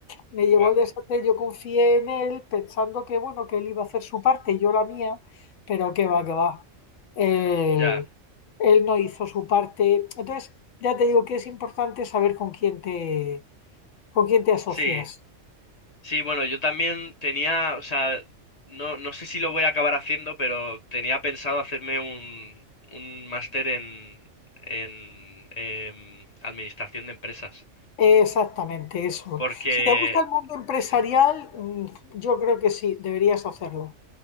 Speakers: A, on the left (about 75°); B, on the left (about 40°).
A: Me llevó
B: Buah,
A: al desastre, yo confié en él pensando que, bueno, que él iba a hacer su parte y yo la mía, pero qué va, qué va. Él,
B: ya.
A: él no hizo su parte. Entonces, ya te digo que es importante saber con quién te, con quién te asocias.
B: Sí, Sí, bueno, yo también tenía, o sea, no, no sé si lo voy a acabar haciendo, pero tenía pensado hacerme un, un máster en, en em, administración de empresas.
A: Exactamente eso.
B: Porque,
A: Si te gusta el mundo empresarial,
B: sí,
A: mm, yo creo que sí, deberías hacerlo.